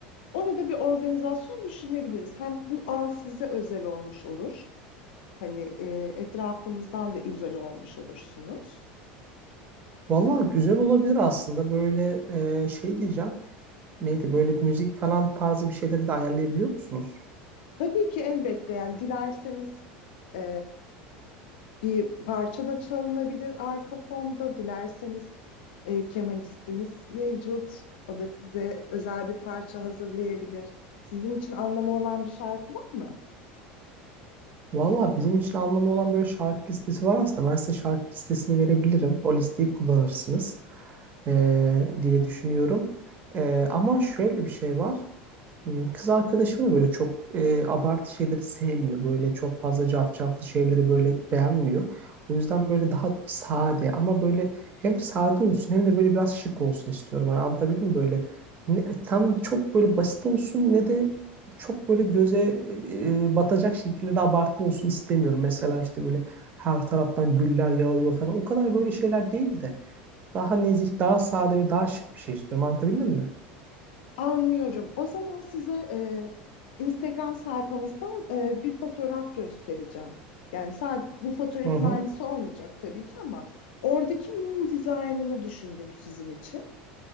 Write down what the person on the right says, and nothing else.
Valla güzel olabilir aslında. Böyle e, şey diyeceğim. Neydi böyle müzik falan tarzı bir şeyleri de ayarlayabiliyor musunuz?
Valla bizim için anlamı olan böyle şarkı listesi var aslında. Ben size şarkı listesini verebilirim. O listeyi kullanırsınız e, diye düşünüyorum. E, ama şöyle bir şey var. Ee, Kız arkadaşım da böyle çok e, abartı şeyleri sevmiyor. Böyle çok fazla cafcaflı şeyleri böyle beğenmiyor. O yüzden böyle daha sade ama böyle hem sade olsun hem de böyle biraz şık olsun istiyorum. Hani anlatabildim mi? Böyle ne, tam çok böyle basit olsun ne de çok böyle göze e, batacak şekilde de abartı olsun istemiyorum. Mesela işte böyle her taraftan güller yağıyor falan. O kadar böyle şeyler değil de daha nezih, daha sade ve daha şık bir şey istiyorum. Anlatabildim mi?
Hı hı.